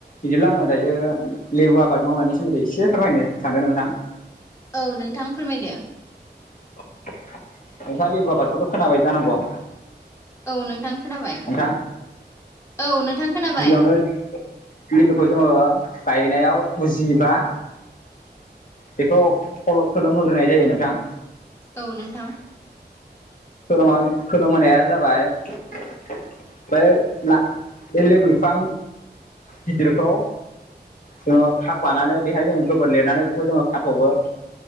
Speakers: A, on the left (about 50°); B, on the left (about 15°).
A: बिदिब्ला आङो दायो लेबु आबाद मावनायनि सोमोन्दै एसे फोरमायनो सानदों नोंथां
B: औ नोंथां फोरमायदो
A: <unintelligible> सालि आबादखौथ' खोनाबाय जानांगौ
B: औ नोंथां खोनाबाय
A: नोंथां
B: औ नोंथां खोनाबाय
A: गिबियावनो लेबुखौ जोङो गायनायाव उजिबा बेखौ फलब खोलोमहोग्रोनाय जायो नोंथां
B: औ नोंथां
A: खोलोमहोनाया जाबाय ओमफाय ना बे लेबु बिफां गिदिरखौ जोङो खाख्ललानानै बेहाय जोङो गोबोर लिरनानै बेखौ जोङो खाथ'बो